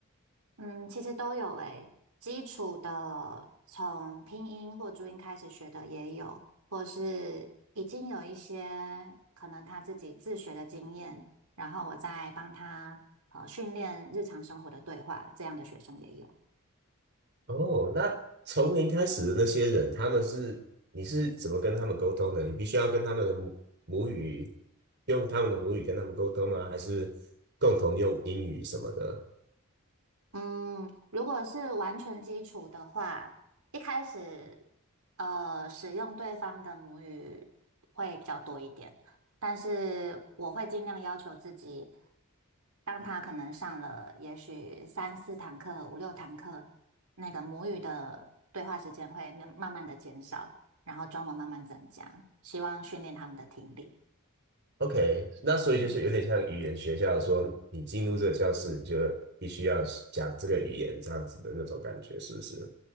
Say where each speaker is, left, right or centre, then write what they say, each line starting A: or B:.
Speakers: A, on the right (about 85°); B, on the right (about 50°).
A: 嗯，其实都有诶，基础的从拼音或注音开始学的也有，或是已经有一些可能他自己自学的经验，然后我再帮他呃训练日常生活的对话，这样的学生也有。
B: 哦，那从零开始的那些人，他们是，你是怎么跟他们沟通的？你必须要跟他们的母母语，用他们的母语跟他们沟通吗？还是共同用英语什么的？
A: 嗯，如果是完全基础的话，一开始呃使用对方的母语会比较多一点，但是我会尽量要求自己，当他可能上了也许三四堂课、五六堂课，那个母语的对话时间会慢慢慢的减少，然后中文慢慢增加，希望训练他们的听力。
B: OK，那所以就是有点像语言学校，
A: 嗯。
B: 说你进入这个教室，你就必须要讲这个语言这样子的那种感觉，是不是